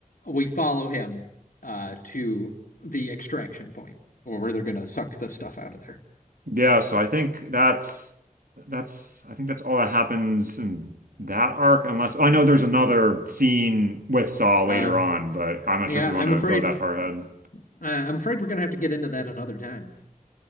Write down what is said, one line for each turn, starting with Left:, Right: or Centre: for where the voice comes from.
Left: we follow him uh, to the extraction point or where they're gonna suck the stuff out of there.
Right: Yeah, so I think that's that's I think that's all that happens in that arc, unless oh, I know there's another scene with Saw
Left: Uh,
Right: later on, but I'm not
Left: yeah,
Right: sure if we want
Left: I'm
Right: to
Left: afraid,
Right: go that
Left: uh,
Right: far ahead.
Left: I'm afraid we're gonna have to get into that another time.